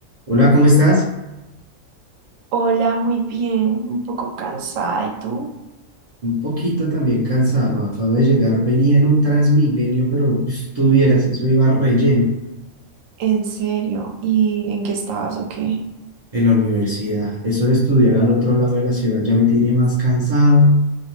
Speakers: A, on the right (about 50°); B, on the right (about 85°).
A: Hola, ¿cómo estás?
B: Hola, muy bien, un poco cansada. ¿Y tú?
A: Un poquito también cansado. Acabo de llegar, venía en un Transmilenio, pero estuvieras, eso iba relleno
B: ¿En serio? ¿Y en qué estabas o qué?
A: en la universidad. Eso de estudiar al otro lado de la ciudad ya me tiene más cansado.